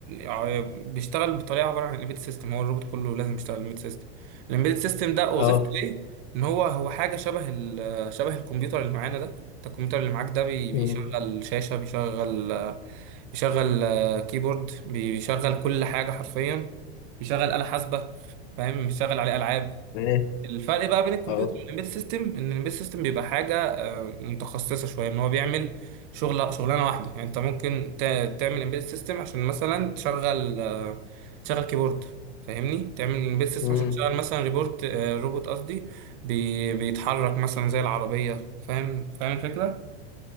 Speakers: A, on the right (about 50°); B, on the left (about 50°).
A: آه، بيشتغل بطريقه عباره عن الامبيدد سيستم هو الروبوت كله لازم يشتغل الامبيدد سيستم الامبيدد سيستم ده وظيفته
B: أه
A: ايه ان هو هو حاجه شبه ال- آه، شبه الكمبيوتر اللي معانا ده انت الكمبيوتر اللي معاك ده بي- بيشغل
B: أمم،
A: شاشه بيشغل آه، بيشغل آه، كيبورد بيشغل كل حاجه حرفيا بيشغل آلة حاسبه فاهم بيشغل عليه العاب
B: تمام
A: الفرق بقى بين الكمبيوتر
B: أه
A: والامبيد سيستم ان الامبيد سيستم بيبقى حاجه آه، متخصصه شويه ان هو بيعمل شغل شغلانه واحده يعني انت ممكن تا- تعمل امبيد سيستم عشان مثلا تشغل آه، تشغل كيبورد فاهمني تعمل امبيد سيستم
B: أمم.
A: عشان تشغل مثلا ريبورت آه، روبوت قصدي بي- بيتحرك مثلا زي العربيه فاهم فاهم الفكره